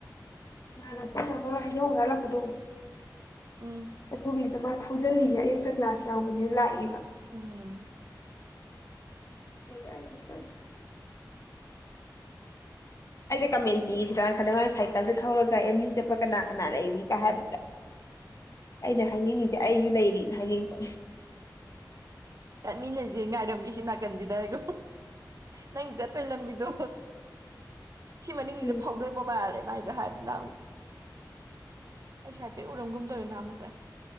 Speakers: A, on the left (about 45°); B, on the right (about 50°).
A: ꯑ ꯅꯀꯣꯏ ꯅꯃ ꯍꯩꯅꯧ ꯍꯨꯔꯥꯜ ꯂꯥꯛ ꯄꯗꯣ <unintelligible>
B: ꯎꯝ
A: ꯍꯧꯖꯤꯜꯂꯤꯌꯦꯦ ꯑꯌꯨꯛꯇ ꯀ꯭ꯂꯥꯁ ꯌꯥꯎꯕꯅꯦꯅ ꯂꯥꯛꯏꯕ
B: ꯎꯝ꯫
A: ꯁ ꯐꯔꯦ ꯑꯩꯁꯦ ꯀꯃꯦꯟ ꯄꯤꯁꯤꯔ ꯈ ꯁꯥꯏꯀꯜꯗ ꯊꯧꯔꯒ ꯑꯦꯝ ꯌꯨ ꯆꯠꯄ ꯀꯅꯥ ꯀꯅꯥꯅ ꯏꯔꯤꯒ ꯍꯥꯏꯕꯗ ꯑꯩꯅ ꯍꯥꯏꯅꯤꯡꯉꯤꯁꯦ ꯑꯩꯁꯨ ꯂꯩ <unintelligible> ꯍꯥꯏꯅꯤꯡꯕ
B: ꯆꯠꯃꯤꯅꯁꯤ ꯉꯥꯏꯔꯝꯒꯦꯁꯤ ꯅꯥꯀꯟꯁꯤꯗ ꯑꯣ ꯅꯪ ꯆꯠꯇꯣꯏ ꯂꯝꯕꯤꯗꯣ ꯁꯤ ꯃꯅꯤꯡꯁꯤꯗ
A: ꯎꯝ
B: ꯐꯥꯎꯗꯣꯔꯛꯄ ꯃꯥꯜꯂꯦ ꯥꯏꯗ ꯍꯥꯏꯕ ꯅꯍꯨ ꯑꯩꯁꯨ ꯍꯥꯏꯐꯦꯠ ꯎꯔꯝꯒꯨꯝꯗꯧꯋ ꯅꯍ ꯑꯃꯨꯛꯇ